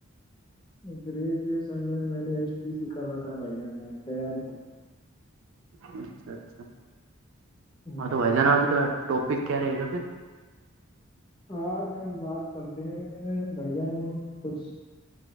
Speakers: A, on the left; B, on the right.
A: گریجویشن میں میں نے ایس ٹی سیک کر رکھا ہے بھائی جان میں تیاری کر
B: اچھا اچھا
A: ہے
B: ہاں تو بھائی جان آج کا ٹاپک کیا رہے گا پھر <unintelligible>
A: آج ہم بات کرتے ہیں بھ جان کچھ